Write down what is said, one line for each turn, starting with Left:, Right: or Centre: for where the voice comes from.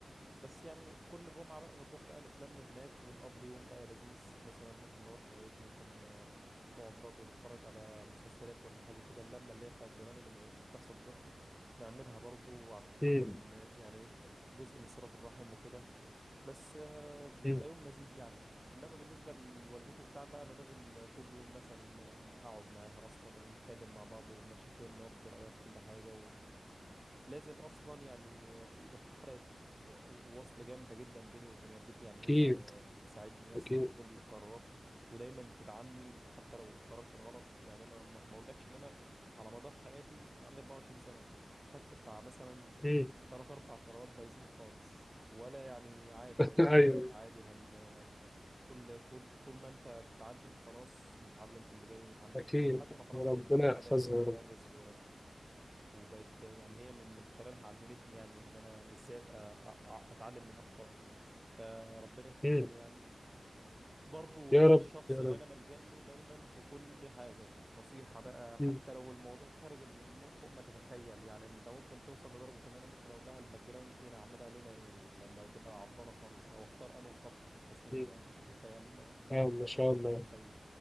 Right: بس يعني كل جمعه بقى بنروح بقى نتلم هناك ونقضي يوم بقى لذيذ مثلا ممكن نروح لغايه ممكن آه، نقعد برضه نتفرج على مسلسلات ولا حاجه كده اللمه اللي هي بتاعت زمان اللي ما بقتش بتحصل دلوقتي نعملها برضه عشان خاطر
Left: امم
Right: ن- يعني جزء من صله الرحم وكده بس آه، بيبقى
Left: امم
Right: يوم لذيذ يعني انما بالنسبه لوالدتي وبتاع ده انا لازم كل يوم مثلا آه، اقعد معاها اصلا ونتكلم مع بعض ومشاكلنا واخد رايها في كل حاجه لازم اصلا يعني يبقى في حلقه وصل جامده جدا بيني وبين والدتي يعني
Left: اكيد
Right: هي بتساعدني اصلا
Left: اكيد
Right: في كل القرارات ودايما تدعمني حتى لو قرار كان غلط يعني انا ما ما اقولكش ان انا على مدار حياتي من عندي 24 سنه خدت بتاع مثلا
Left: امم
Right: ثلاث اربع قرارات بايظين خالص ولا يعني عادي
Left: <laughs>
Right: قالت لي
Left: ايوه
Right: لا عادي هن كل كل طول ما انت بتتعلم خلاص نتعلم في اللي جاي نتعلم
Left: اكيد
Right: في اللي جاي لحد ما خلاص
Left: وربنا
Right: يعني الحمد لله
Left: يحفظها
Right: بقيت متمرس
Left: يا رب
Right: وبقت يعني هي من من خلالها علمتني يعني ان انا ازاي ابقى أ- أ- اتعلم من اخطائي فربنا يخليها
Left: مم.
Right: لي يعني برضه
Left: يا
Right: هي
Left: رب
Right: الشخص
Left: يا
Right: اللي
Left: رب
Right: انا بلجأ له دايما في كل حاجه نصيحه بقى حتى
Left: مم.
Right: لو الموضوع خارج الم... فوق ما تتخيل يعني انت ممكن توصل لدرجه ان انا ممكن اقول لها الباك جراوند دي انا اعملها لونها ايه لما تبقى عطلانه خالص او اختار انه خط في التصميم
Left: مم.
Right: ده <laughs> فيعني ما... ما
Left: آه
Right: تت...
Left: ما
Right: فوق
Left: شاء
Right: ما انت
Left: الله
Right: متخيل